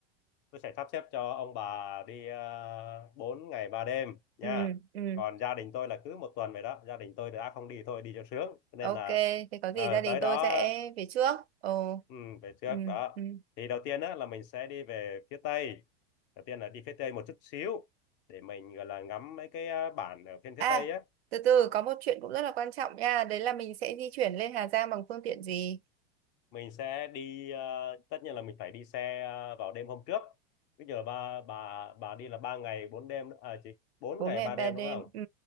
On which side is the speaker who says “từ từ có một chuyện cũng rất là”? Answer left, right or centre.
Right